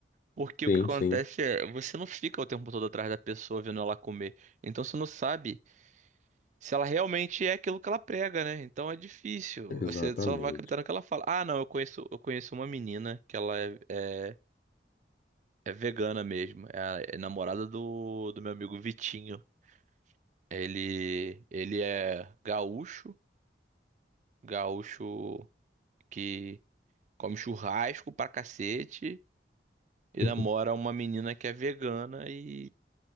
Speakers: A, on the right; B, on the left.
A: Porque
B: Sim,
A: o que acontece
B: sim,
A: é, você não fica o tempo todo atrás da pessoa vendo ela comer. Então você não sabe se ela realmente é aquilo que ela prega, né? Então é difícil.
B: exatamente.
A: Você só vai acreditar no que ela fala. Ah, não, eu conheço, eu conheço uma menina que ela é, é, é vegana mesmo. É, a- é namorada do, do meu amigo Vitinho. Ele, ele é gaúcho, gaúcho que come churrasco pra cacete e
B: <laughs>
A: namora uma menina que é vegana e